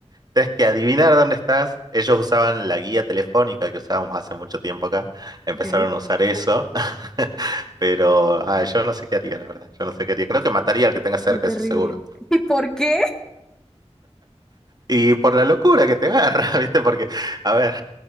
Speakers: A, on the right (about 35°); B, in the centre.
A: Tenés que adivinar dónde estás. Ellos usaban la guía telefónica que usábamos hace mucho tiempo acá. Empezaron
B: Ok.
A: a usar eso. <laughs> Pero ah, yo no sé qué haría, la verdad. Yo no sé qué haría. Creo que mataría al que tenga cerca,
B: qué terrible.
A: eso seguro.
B: <laughs> ¿Y por qué?
A: Y por la locura que te agarra, <laughs> ¿viste? Porque, a ver,